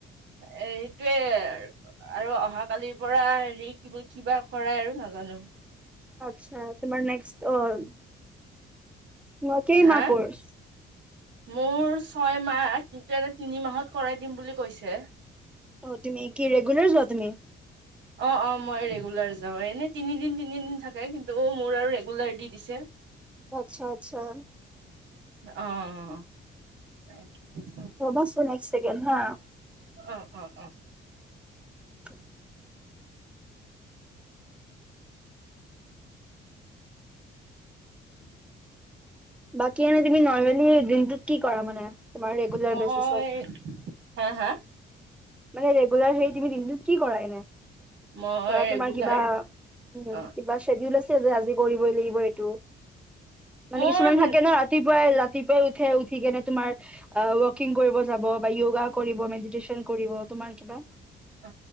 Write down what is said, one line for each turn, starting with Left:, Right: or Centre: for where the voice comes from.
Right: সেইটোয়ে আৰু অহাকালিৰ পৰা হেৰি কিবা কৰাই আৰু ন <unintelligible>
Centre: আচ্ছা তোমাৰ নেক্স <unintelligible> কেইমাহ
Right: হা
Centre: কোৰ্চ
Right: মোৰ ছয় মাহ কিন্তু এনে তিনি মাহত কৰাই দিম বুলি কৈছে
Centre: অ তুমি কি ৰেগুলাৰ যোৱা তুমি
Right: অ অ মই ৰেগুলাৰ যাও এনেই তিনিদিন তিনিদিন থাকে কিন্তু অ মোৰ আৰু ৰেগুলাৰ দি দিছে
Centre: আচ্ছা আচ্ছা
Right: অ অ
Centre: ৰবাচোন এক ছেকেণ্ড হা
Right: অ অ অ
Centre: <inaudible> বাকি এনে তুমি নৰ্মেলি দিনটো কি কৰা মানে তোমাৰ ৰেগুলাৰ
Right: মই
Centre: বেচিছত
Right: হা হা
Centre: মানে ৰেগুলাৰ সেই তুমি দিনটোত কি কৰা এনে
Right: মই
Centre: ধৰা
Right: ৰেগুলাৰ
Centre: তোমাৰ কিবা উম
Right: অ
Centre: কিবা শ্বেডিউল আছে যে আজি কৰিবই লাগিব এইটো মানে
Right: মোৰ
Centre: কিছুমান থাকে ন ৰাতিপুৱাই ৰাতিপুৱাই উঠে উঠি কেনে তোমাৰ ৱকিং কৰিব যাব বা য়োগা কৰিব মেডিটচন কৰিব তোমাৰ কিবা
Right: অ